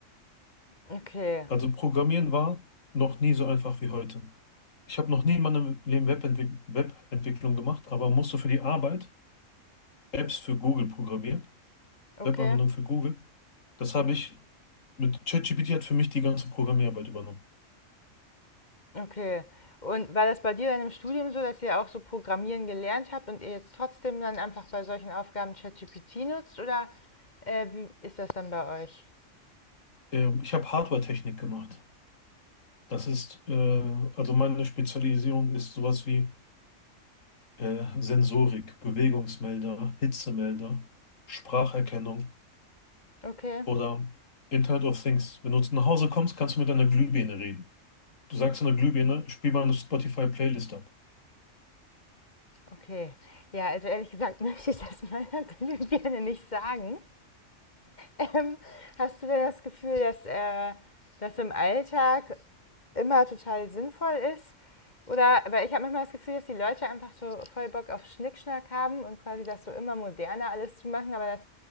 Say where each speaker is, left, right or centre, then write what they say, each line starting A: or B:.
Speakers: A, on the left (about 35°); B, on the left (about 75°).
A: Okay,
B: Also Programmieren war noch nie so einfach wie heute. Ich habe noch nie in meinem Leben Webentwick Webentwicklung gemacht, aber musste für die Arbeit Apps für Google programmieren,
A: okay.
B: Webanwendungen für Google. Das habe ich Mit ChatGPT hat für mich die ganze Programmierarbeit übernommen.
A: Okay. Und war das bei dir dann im Studium so, dass ihr auch so Programmieren gelernt habt und ihr jetzt trotzdem dann einfach bei solchen Aufgaben ChatGPT nutzt? Oder äh, wie ist das dann bei euch?
B: Ähm, ich habe Hardware-Technik gemacht. Das ist, äh, also meine Spezialisierung ist sowas wie äh, Sensorik, Bewegungsmelder, Hitzemelder, Spracherkennung
A: Okay,
B: oder Internet of Things. Wenn du zu nach Hause kommst, kannst du mit einer Glühbirne reden. Du sagst einer Glühbirne, spiel mal eine Spotify-Playlist ab.
A: okay. Ja, also ehrlich gesagt <laughs> möchte ich das meiner Glühbirne nicht sagen. Ähm, hast du denn das Gefühl, dass äh, das im Alltag immer total sinnvoll ist. Oder, aber ich habe manchmal das Gefühl, dass die Leute einfach so voll Bock auf Schnickschnack haben und quasi das so immer moderner alles zu machen, aber dass